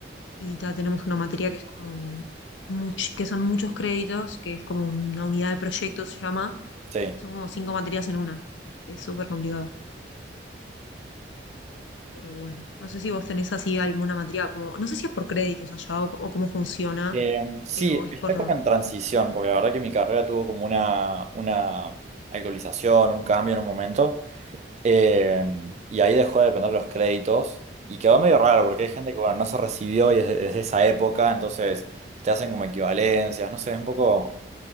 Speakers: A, on the left; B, on the right.
A: y ta, tenemos una materia que es como, much- que son muchos créditos, que es como una unidad de proyecto se llama,
B: Sí.
A: y son como cinco materias en una, es súper complicado. Pero bueno, no sé si vos tenés así alguna materia como, no sé si es por créditos allá o, co- o cómo funciona,
B: Em, sí,
A: eh, o es
B: está
A: por...
B: como en transición, porque la verdad que mi carrera tuvo como una, una actualización, un cambio en un momento, em, y ahí dejó de depender los créditos, y quedó medio raro, porque hay gente que, bueno, no se recibió y es de, es esa época, entonces te hacen como equivalencias, no sé, es un poco,